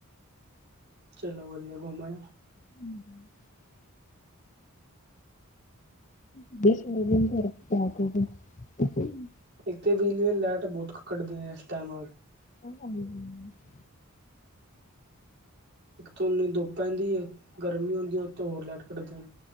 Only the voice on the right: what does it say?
ਚਲੋ ਵਧੀਆ ਘੁੰਮ ਆਏ?
ਇੱਥੇ ਬਿਜਲੀ ਲਾਈਟ ਬੋਕ ਕ ਕੱਢਦੇ ਆ ਇਸ ਟਾਈਮ
ਤੁਹਾਨੂੰ ਦੋ ਪੈਂਦੀ ਏ ਗਰਮੀ ਹੁੰਦੀ ਹ ਤੋਰ ਲਟਕਟਦੇ